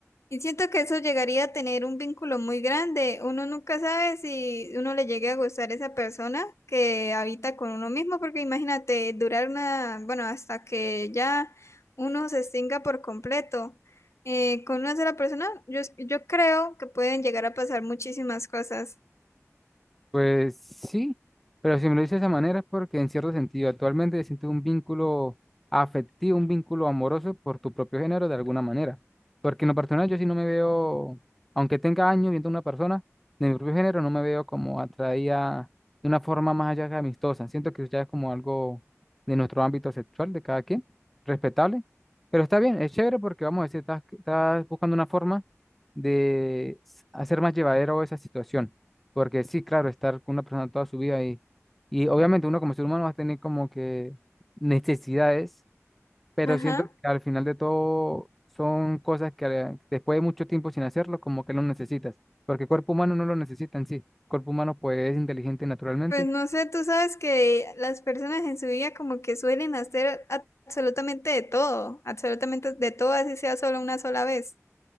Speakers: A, on the left; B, in the centre.
A: Y siento que eso llegaría a tener un vínculo muy grande. Uno nunca sabe si uno le llegue a gustar esa persona que habita con uno mismo, porque imagínate, durar una, bueno, hasta que ya uno se extinga por completo. eh, con una sola persona, yo, yo creo que pueden llegar a pasar muchísimas cosas.
B: Pues sí, pero si me lo dices de esa manera es porque en cierto sentido actualmente siento un vínculo afectivo, un vínculo amoroso por tu propio género de alguna manera. Porque en lo personal yo sí no me veo, aunque tenga años viendo a una persona de mi propio género, no me veo como atraída de una forma más allá que amistosa. Siento que ya es como algo de nuestro ámbito sexual de cada quien, respetable. Pero está bien, es chévere porque vamos a decir, estás, estás buscando una forma de s- hacer más llevadero esa situación. Porque sí, claro, estar con una persona toda su vida y, y obviamente uno como ser humano va a tener como que necesidades, pero
A: Ajá.
B: siento que al final de todo son cosas que eh, después de mucho tiempo sin hacerlo, como que no necesitas, porque el cuerpo humano no lo necesita en sí. El cuerpo humano pues es inteligente naturalmente
A: Pues no sé, tú sabes que las personas en su vida como que suelen hacer a- absolutamente de todo, absolutamente de todo, así sea solo una sola vez.